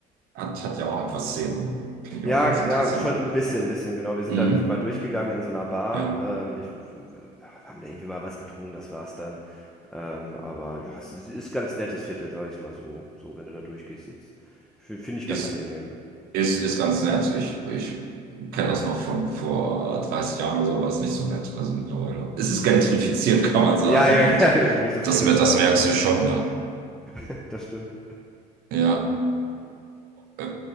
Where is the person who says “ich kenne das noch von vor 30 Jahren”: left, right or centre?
Right